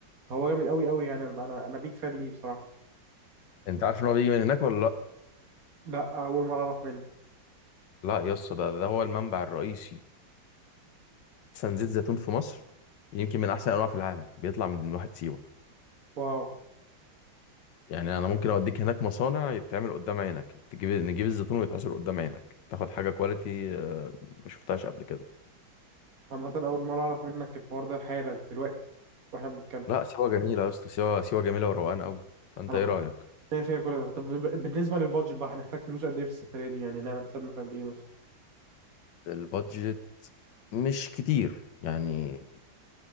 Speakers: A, on the right; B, on the left.
A: هو جامد قوي قوي يعني انا انا أنا بيك فان ليه بصراحه
B: انت عارف ان هو بيجي من هناك ولا لا
A: لا اول مره اعرف منك
B: لا يا اسطى ده ده هو المنبع الرئيسي احسن زيت زيتون في مصر يمكن من احسن انواع في العالم بيطلع من واحد سيوه
A: واو
B: يعني انا ممكن اوديك هناك مصانع يتعمل قدام عينك تجيب نجيب الزيتون ويتعصر قدام عينك تاخد حاجه كواليتي آه، ما شفتهاش قبل كده
A: عامه اول مره اعرف منك الحوار ده حالا دلوقتي واحنا بنتكلم
B: لا سيوه جميله يا اسطى سيوه سيوه جميله وروقان قوي فانت
A: انا
B: ايه
A: كنت
B: رايك
A: شايف فيها كل ده طب ب- بالنسبه للبادجت بقى هنحتاج فلوس قد ايه في السفريه دي يعني نعمل حسابنا في قد ايه مثلا
B: البادجت مش كتير يعني